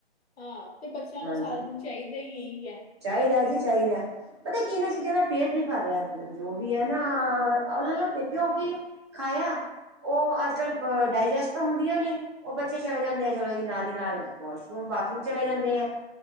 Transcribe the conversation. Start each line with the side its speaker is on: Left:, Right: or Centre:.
Left: ਹਾਂ ਤੇ ਬੱਚਿਆਂ
Right: ਹਾਂਜੀ
Left: ਨੂੰ ਸਾਰਾ ਦਿਨ ਚਾਹੀਦਾ ਹੀ ਇਹੀ ਹੈ
Right: ਚਾਹੀਦਾ
Left: ਕਦੇ
Right: ਜੀ ਚਾਹੀਦਾ ਪਤਾ ਕੀ ਇਹਨਾਂ ਚੀਜ਼ਾਂ ਨਾਲ ਪੇਟ ਨਹੀਂ ਭਰ ਰਿਹਾ ਜੋ ਵੀ ਹੈ ਨਾ ਉਹਨਾਂ ਨਾਲ ਕਿਉਂਕਿ ਖਾਇਆ ਉਹ ਅੱਜ ਕੱਲ੍ਹ ਡਾਇਜੈਸਟ ਤਾਂ ਹੁੰਦੀਆਂ ਨੀ ਉਹ ਬੱਚੇ ਚਲੇ ਜਾਂਦੇ ਆ ਚਲੋ ਜੀ ਨਾਲ ਦੀ ਨਾਲ ਵਾਸ਼ਰੂਮ ਬਾਥਰੂਮ ਚਲੇ ਜਾਂਦੇ ਆ-